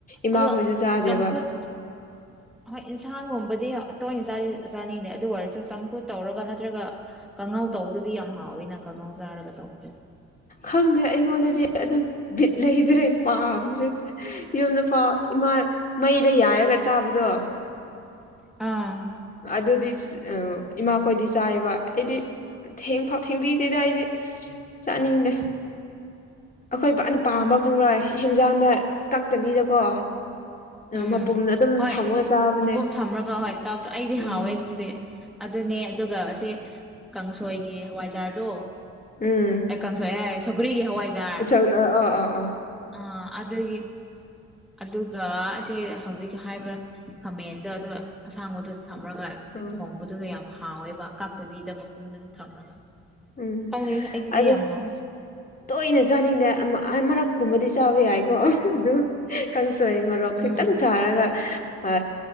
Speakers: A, on the left; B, in the centre.
A: ꯏꯃꯥꯈꯣꯏꯁꯨ
B: ꯑꯗꯣ
A: ꯆꯥꯗꯦꯕ
B: ꯆꯝꯐꯨꯠ ꯍꯣꯏ ꯏꯟꯁꯥꯡꯒꯨꯝꯕꯗꯤ ꯌꯥꯝ ꯇꯣꯏꯅ ꯆꯔꯦꯅꯥ ꯆꯥꯅꯤꯡꯗꯦ ꯑꯗꯨ ꯑꯣꯏꯔꯁꯨ ꯆꯝꯐꯨꯠ ꯇꯧꯔꯒ ꯅꯠꯇ꯭ꯔꯒ ꯀꯥꯡꯉꯧ ꯇꯧꯕꯗꯨꯗꯤ ꯌꯥꯝ ꯍꯥꯎꯋꯤꯅ ꯀꯥꯡꯉꯧ ꯆꯥꯔꯒ ꯇꯧꯕꯗꯣ
A: ꯈꯪꯗ꯭ꯔꯦ ꯑꯩꯉꯣꯟꯗꯗꯤ ꯑꯗꯨꯝ ꯕꯤꯠ ꯂꯩꯗ꯭ꯔꯦ ꯄꯥꯝꯗ꯭ꯔꯦ ꯌꯨꯝꯗ ꯐꯥꯎ ꯏꯃꯥ ꯃꯩꯗ ꯌꯥꯔꯒ ꯆꯥꯕꯗꯣ
B: ꯑꯥ
A: ꯑꯗꯨꯗꯤ ꯏꯃꯥꯈꯣꯏꯗꯤ ꯆꯥꯏꯕ ꯑꯩꯗꯤ ꯊꯦꯡꯐꯥꯎ ꯊꯦꯡꯕꯤꯗꯦꯗ ꯑꯩꯗꯤ ꯆꯥꯅꯤꯡꯗꯦ ꯑꯩꯈꯣꯏ ꯕꯥꯅ ꯄꯥꯝꯕ ꯈꯪꯪꯂꯣꯏ ꯍꯦꯟꯖꯥꯡꯗ ꯀꯛꯇꯕꯤꯗꯀꯣ
B: ꯎꯝ
A: ꯃꯄꯨꯝ ꯑꯗꯨꯝ
B: ꯍꯣꯏ
A: ꯊꯝꯃꯒ ꯆꯥꯕꯅꯦ
B: ꯃꯄꯣꯝ ꯊꯝꯂꯒ ꯍꯣꯏ ꯆꯥꯕꯗꯣ ꯑꯩꯗꯤ
A: ꯎꯝ
B: ꯍꯥꯎꯋꯦ ꯑꯗꯨꯗꯤ ꯑꯗꯨꯅꯦ ꯑꯗꯨꯒ ꯁꯤ ꯀꯥꯡꯁꯣꯏꯒꯤ ꯍꯋꯥꯏꯖꯥꯔꯗꯣ
A: ꯎꯝ
B: ꯑꯦ ꯀꯥꯡꯁꯣꯏ ꯍꯥꯏ ꯁꯧꯒ꯭ꯔꯤꯒꯤ ꯍꯋꯥꯏꯖꯥꯔ
A: ꯑꯥ ꯑꯥ ꯑꯥ ꯑꯥ
B: ꯑ ꯑꯗꯨꯒꯤ ꯑꯗꯨꯒ <unintelligible> ꯍꯧꯖꯤꯛ ꯍꯥꯏꯕ ꯈꯥꯃꯦꯟꯗ ꯑꯗꯨ ꯑꯁꯥꯡꯕꯗꯣ ꯊꯝꯃꯒ
A: ꯎꯝ
B: ꯊꯣꯡꯕ ꯑꯗꯨ ꯌꯥꯝ ꯍꯥꯎꯋꯦꯕ ꯀꯥꯞꯇꯕꯤꯗ ꯃꯄꯨꯝꯗꯨꯗ ꯊꯝꯃꯒ
A: ꯎꯝ
B: ꯈꯪꯗꯦ ꯑꯩꯒꯤꯗꯤ
A: ꯑꯗꯣ
B: ꯌꯥꯝ ꯍꯥꯎ
A: ꯇꯣꯏꯅ ꯆꯥꯅꯤꯡꯗꯦ ꯑꯃ ꯑꯥꯃꯔꯛꯀꯨꯝꯕꯗꯤ ꯆꯥꯕ ꯌꯥꯏꯀꯣ <unintelligible> ꯀꯥꯡꯁꯣꯏ ꯃꯣꯔꯣꯛ
B: ꯎꯝ
A: ꯈꯤꯇꯪ ꯁꯥꯔꯒ ꯍꯥ